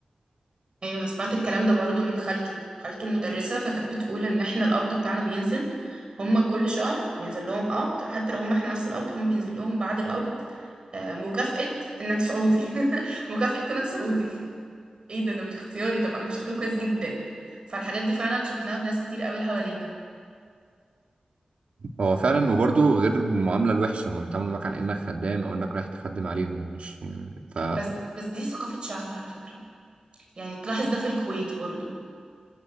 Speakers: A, on the right (about 45°); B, on the right (about 65°).
A: ايوه انا سمعت الكلام ده برضو من خالته خالته مدرسة فكانت بتقول ان احنا القبض بتاعنا بينزل هما كل شهر بينزل لهم قبض حتى لو هما احنا نفس القبض هما بينزل لهم بعد القبض آه، مكافأة انك سعودي <laughs> مكافأة كونك سعودي <laughs> ايه ده ده مش اختياري طب انا بشتغل كويس جدا فالحاجات دي فعلا شفناها في ناس كتير قوي حوالينا
B: هو فعلا وبرضه غير المعامله الوحشه هم بيتعاملوا معاك على انك خدام او انك رايح تخدم عليهم مش ف
A: بس بس دي ثقافة شعب على فكرة يعني تلاحظ ده في الكويت برضو